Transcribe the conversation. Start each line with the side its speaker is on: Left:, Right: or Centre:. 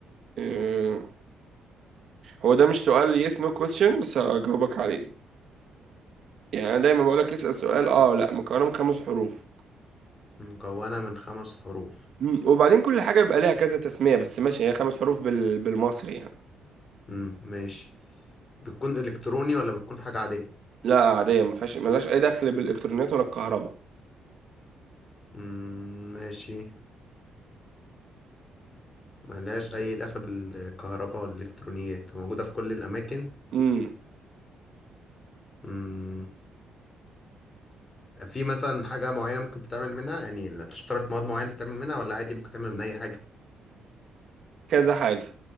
Right: آه، هو ده مش سؤال yes no question بس هجاوبك عليه يعني انا دايما بقولك اسأل سؤال اه لا مكونه من خمس حروف
Left: مكونة من خمس حروف
Right: مم، وبعدين كل حاجه بيبقى ليها كذا تسميه بس ماشي هي خمس حروف بال... بالمصري يعني
Left: مم. ماشي بتكون إلكتروني ولا بتكون حاجة عادية
Right: لا عاديه ما فيهاش ملهاش اي دخل بالالكترونيات ولا الكهرباء
Left: مم. ماشي ملهاش أي دخل بالكهرباء والإلكترونيات موجودة في كل الأماكن
Right: امم
Left: مم. في مثلا حاجة معينة ممكن تتعمل منها يعني إن بتشترط مواد معينة تتعمل منها ولا عادي ممكن تعمل من أي حاجة
Right: كذا حاجه